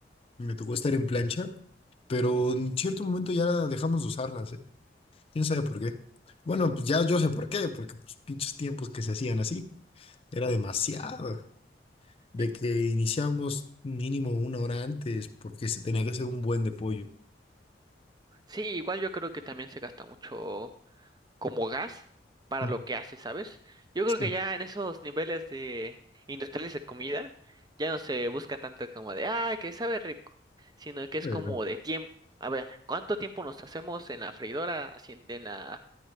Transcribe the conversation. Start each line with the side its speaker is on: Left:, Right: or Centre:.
Left: me tocó estar en plancha, pero en cierto momento ya dejamos de usarlas, ¿eh? ¿Quién sabe por qué? Bueno, pues ya yo sé por qué, porque pues pinches tiempos que se hacían así, era demasiado. De
Right: Eh,
Left: que iniciamos mínimo una hora antes, porque se tenía que hacer un buen de pollo.
Right: Sí, igual yo creo que también se gasta mucho como gas para
Left: Ujú,
Right: lo que hace, ¿sabes? Yo
Left: Sí,
Right: creo que ya en esos niveles de industriales de comida ya no se busca tanto como de, ah, que sabe rico, sino que es
Left: pero...
Right: como de tiempo. A ver, ¿cuánto tiempo nos hacemos en la freidora, haciendo, en la